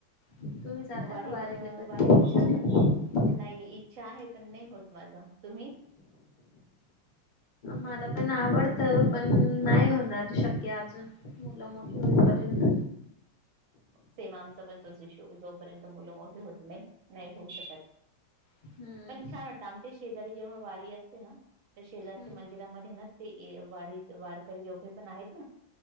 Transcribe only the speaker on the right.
वारी
अ
वारीच छान वाटत. नाही. इच्छा आहे पण नाही होत माझा. तुम्ही?
सेम आमचा पण तोच विषय जोपर्यंत मुलं मोठे होत नाही. नाही होऊ शकत
पण छान वाटतं. आमच्या शेजारी जेव्हा वारी असते ना, त्या शेजारीच्या
मंदिरामध्ये ना ते वारी वारकरी जेवढे पण आहेत ना